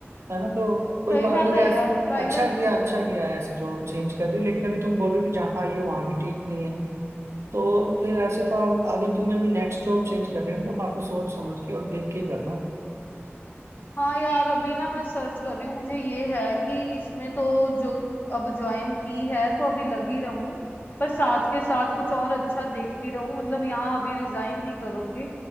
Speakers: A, on the right; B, on the left.
A: है ना तो कोई
B: सही
A: बात
B: बात
A: नहीं
B: है
A: ऐसे
B: यार प्राइवेट
A: अच्छा किया अच्छा किया ऐसी जॉब चेंज कर दी लेकिन अभी तुम बोल रहे हो कि जहाँ आई हो वहाँ भी ठीक नहीं है तो फिर ऐसे तो आप अगर तुम्हें भी नेक्स्ट जॉब चेंज करनी है तो काफी सोच समझ के और देख के करना
B: हाँ यार अभी ना मैं सर्च कर रही हूँ मुझे ये है कि इसमें तो जो अब ज्वाइन की है तो अभी लगी रहूं पर साथ के साथ कुछ और अच्छा देखती रहूं मतलब यहाँ अभी रिजाइन नहीं करूंगी